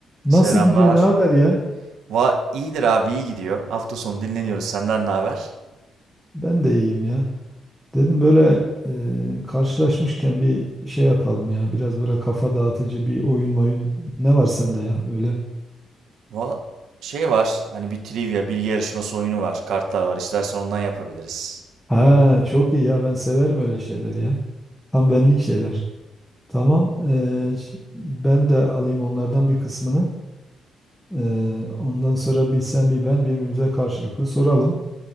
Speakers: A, in the centre; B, on the right.
A: Nasıl
B: Selamlar.
A: gidiyor, ne haber ya?
B: Va iyidir abi iyi gidiyor. Hafta sonu dinleniyoruz. Senden ne haber?
A: Ben de iyiyim ya. Dedim böyle e, karşılaşmışken bir şey yapalım ya. Biraz böyle kafa dağıtıcı bir oyun moyun. Ne var sende ya öyle?
B: Va şey var. Hani bir trivia, bilgi yarışması oyunu var. Kartlar var. İstersen ondan yapabiliriz.
A: Ha çok iyi ya ben severim öyle şeyleri ya. Tam benlik şeyler. Tamam e, ş- ben de alayım onlardan bir kısmını. E, ondan sonra bir sen bir ben birbirimize karşılıklı soralım.